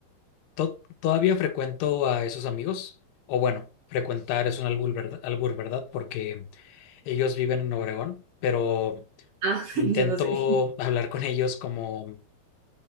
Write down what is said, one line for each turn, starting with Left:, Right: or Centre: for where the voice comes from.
Left: to- todavía frecuento a esos amigos, o bueno, frecuentar es un albur, ¿verdad? albur, ¿verdad? Porque ellos viven en Obregón, pero
Right: Ah, <laughs>
Left: intento
Right: yo no sé.
Left: hablar con ellos como,